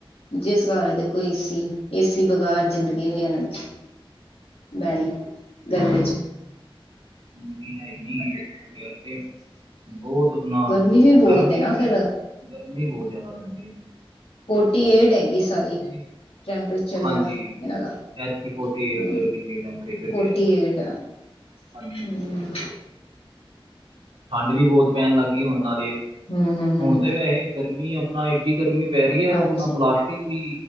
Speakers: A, on the left (about 85°); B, on the right (about 80°).
A: ਜਿਸ ਘਰ ਵਿੱਚ ਦੇਖੋ ਏਸੀ ਏਸੀ ਬਗੈਰ ਜ਼ਿੰਦਗੀ ਨੀਂ ਉਹਨਾਂ ਦੀ। ਬੈਣੀ ਗਰਮੀ ਚ।
B: ਜਿੰਦਗੀ ਹੈ ਨਹੀਂ ਏਸੀ ਤੋਂ ਬਗੈਰ ਤੇ ਬਹੁਤ। ਨਾਲ
A: ਗਰਮੀ ਵੀ ਬਹੁਤ
B: ਗਰਮੀ
A: ਹੈ ਨਾ
B: ਵੀ
A: ਫਿਰ
B: ਤੇ ਗਰਮੀ ਬਹੁਤ ਜ਼ਿਆਦਾ ਪੈਂਦੀ ਆ।
A: ਫੋਰਟੀ ਏਟ ਹੈਗੀ ਸਾਰੀ
B: ਨਹੀਂ ਸੀ
A: ਟੈਂਪਰੇਚਰ
B: ਹਾਂਜੀ
A: ਜਿਹੜਾ ਇਹਨਾਂ ਦਾ।
B: ਐਤਕੀ ਫੋਰਟੀ
A: ਹਮ
B: ਏਟ ਡਿਗਰੀ ਟੈਂਪਰੇਚਰ
A: ਫੋਰਟੀ
B: ਗਿਆ ਆ
A: ਏਟ
B: ਹਾਂਜੀ।
A: ਹਮ
B: ਠੰਡ ਵੀ ਬਹੁਤ ਪੈਣ ਲੱਗ ਗਈ ਹੁਣ ਨਾਲ਼ੇ
A: ਹਮ ਹਮ
B: ਹੁਣ
A: ਹਮ ਹਮ
B: ਤਾਂ ਵੈਸੇ ਗਰਮੀ ਆਪਣਾ ਇਕ। ਗਰਮੀ ਪੈ ਰਹੀ ਹੈ
A: ਹਾਂਜੀ
B: ਉਹ ਨਾਲ ਪਲਾਸਟਿਕ ਵੀ